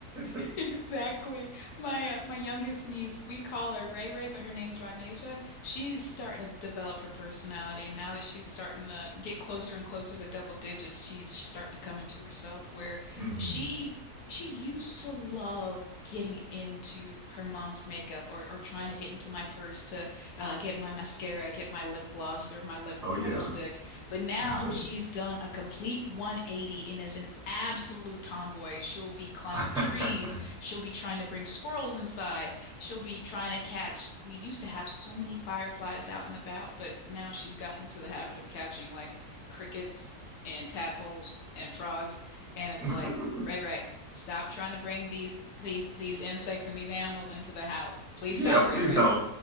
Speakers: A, on the left (about 80°); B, in the centre.
A: <laughs>
B: <laughs>
A: Exactly. My uh, my youngest niece, we call her Ray Ray, but her name's Rodnasia. She's starting to develop her personality now that she's starting to get closer and closer to double digits. She's she's starting to come into herself where
B: mm-hmm.
A: she she used to love getting into her mom's makeup or or trying to get into my purse to uh, get my mascara, get my lip gloss or my lip
B: oh yeah
A: my lipstick. But now
B: <laughs>
A: she's done a complete 180 and is an absolute tomboy. She'll be climbing
B: mm-hmm.
A: trees. She'll be trying to bring squirrels inside. She'll be trying to catch. We used to have so many fireflies out and about, but now she's gotten into the habit of catching like crickets and tadpoles and frogs. And it's
B: <laughs>
A: like, Ray Ray, stop trying to bring these these these insects and these animals into the house. Please
B: yeah,
A: stop,
B: please
A: Ray Ray.
B: don't.